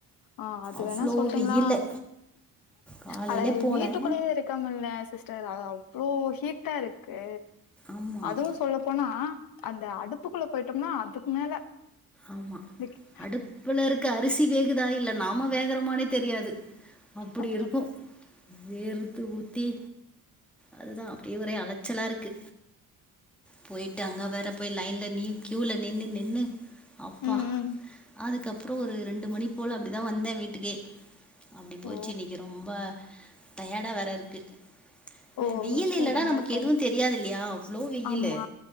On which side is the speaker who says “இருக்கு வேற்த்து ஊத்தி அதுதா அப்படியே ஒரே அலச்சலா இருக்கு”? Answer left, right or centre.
Centre